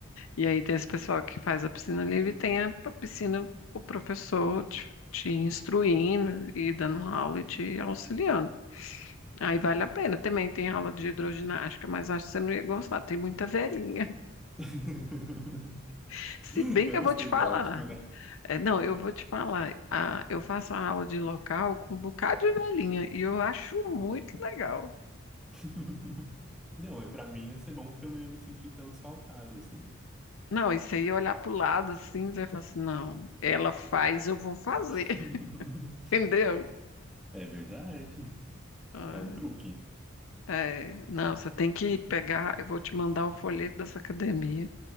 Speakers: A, on the left; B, in the centre.
A: E aí tem esse pessoal que faz a piscina livre e tem a, a piscina, o professor te, te instruindo e dando aula e te auxiliando. Aí vale a pena. Também tem aula de hidroginástica, mas acho que você não ia gostar. Tem muita velhinha.
B: <laughs>
A: <laughs> Se bem
B: É
A: que eu
B: o
A: vou
B: estereótipo,
A: te falar.
B: né?
A: É, não, eu vou te falar. Ah, eu faço a aula de local com um bocado de velhinha e eu acho muito legal.
B: <laughs> Não, pra mim ia ser bom porque eu não ia me sentir tão desfalcado assim.
A: Não, isso aí olhar para o lado assim, você vai falar assim, não, ela faz, eu vou fazer,
B: <laughs>
A: <laughs> entendeu?
B: É verdade.
A: Ah,
B: É um truque.
A: é, não, você tem que pegar, eu vou te mandar o folheto dessa academia.